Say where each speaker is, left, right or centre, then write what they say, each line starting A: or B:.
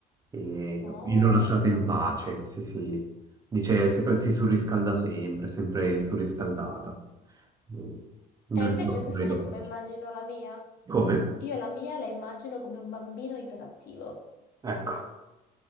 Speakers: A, on the right; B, on the left.
A: e-
B: No.
A: e non lasciata in pace. Sì, sì. Dice, se- si surriscalda sempre, sempre surriscaldata. Mm. Non
B: E invece
A: gli do
B: cos'è
A: non gli do
B: come
A: pace.
B: immagino la mia?
A: Come?
B: Io la mia la immagino come un bambino iperattivo.
A: Ecco.